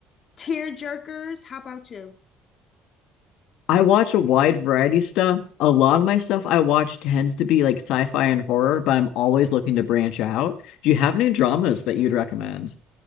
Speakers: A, on the left (about 50°); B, on the left (about 70°).
A: tear jerkers. How about you?
B: I watch a wide variety of stuff. A lot of my stuff I watch tends to be like sci-fi and horror, but I'm always looking to branch out. Do you have any dramas that you'd recommend?